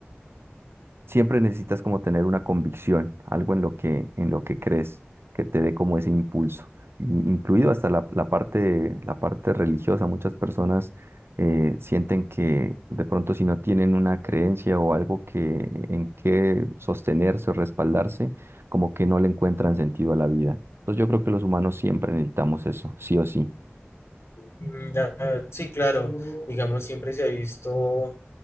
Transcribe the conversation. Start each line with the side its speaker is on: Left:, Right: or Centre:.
Right: siempre necesitas como tener una convicción, algo en lo que, en lo que crees, que te dé como ese impulso, in- incluido hasta la, la parte, la parte religiosa. Muchas personas eh, sienten que de pronto si no tienen una creencia o algo que, en que sostenerse o respaldarse, como que no le encuentran sentido a la vida. Entonces yo creo que los humanos siempre necesitamos eso, sí o sí.
Left: Mm, ya, sí, claro, digamos, siempre se ha visto